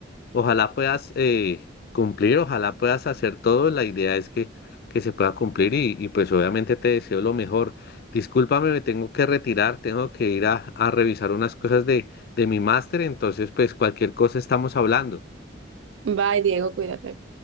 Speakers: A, on the left; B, on the right.
A: ojalá puedas eh, cumplir, ojalá puedas hacer todo, la idea es que, que se pueda cumplir y, y pues obviamente te deseo lo mejor. Discúlpame, me tengo que retirar, tengo que ir a, a revisar unas cosas de, de mi máster, entonces pues cualquier cosa estamos hablando.
B: Bye, Diego, cuídate.